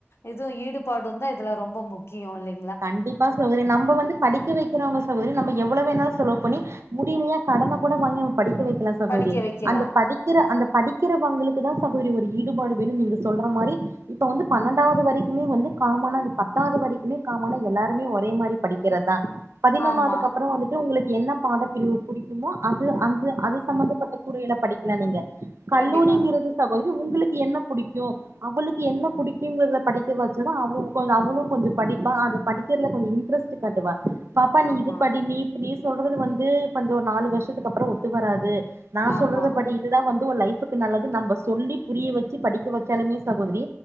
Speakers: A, on the left; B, on the right.
A: இதுவு ஈடுபாடு தா இதுல ரொம்ப முக்கியோ இல்லை
B: கண்டிப்பா சகோதரி நம்ப வந்து படிக்க வைக் க்கிரோங்க சகோதரி நம்ம எவ்ளோ வேணாலு செலவு பண்ணி முடியலையா கடன கூட வாங்கி அவ படிக்க வைக்கலா சகோதரி
A: படிக்க வைக்கலா
B: அந்த படிக் க்கிற அந்த படிக்கிறவங்களுக்கு தா சகோதரி ஒரு ஈடுபாடு வேணு நீங்க சொல்ற மாரி இப்ப வந்து பன்னெண்டாவது வரைக்குமே வந்து காமனா அது பத்தாவது வரைக்குமே காமனா எல்லாருமே ஒரே மாரி படிக்கிறதுதா பதினொண்னாவதுக்கு
A: ஆமா
B: அப்பற வந்துட்டு டு உங்களுக்கு என்ன பாடப்பிரிவு பிடிக்குமோ அது அந்த அது சம்பந்தப்பட்ட துறையில படிக்கலா நீங்க கல்லூரிங்கிறது
A: கண்டிப்பா
B: சகோதரி உங்களுக்கு என்ன புடிக்கு அவளுக்கு என்ன பிடிக்குங்கறத படிக்க வச்சா தா அவ கொஞ்சோ அவளு கொஞ்சோ படி ப்பா அத படிக்கிறதுல கொஞ்சோ இன்ட்ரெஸ்ட் காட்டுவா பாப்பா நீ
A: ஆமா
B: இது படி நீ நீ சொல்றது வந்து கொஞ்சோ ஒரு நாலு வருஷத்துக்கு அப்பற ஒத்து வராது நா
A: ஆமா
B: சொல்றத படி இதுதா வந்து ஒரு லைஃபுக்கு நல்லது நம்ம சொல்லி புரிய வச்சி படிக்க வச்சாலுமே சகோதரி